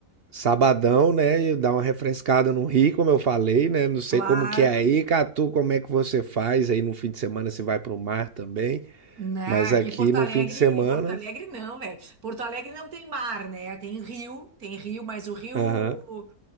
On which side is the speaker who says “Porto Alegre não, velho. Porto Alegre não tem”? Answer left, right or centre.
Right